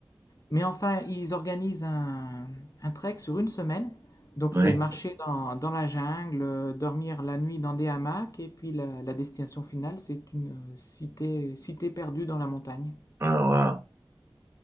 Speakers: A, on the left; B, on the right.
A: Mais enfin, ils organisent un, un trek sur une semaine. Donc
B: oui.
A: c'est marcher dans, dans la jungle, euh, dormir la nuit dans des hamacs, et puis la, la destination finale, c'est une euh, cité, cité perdue dans la montagne.
B: Ah, waouh,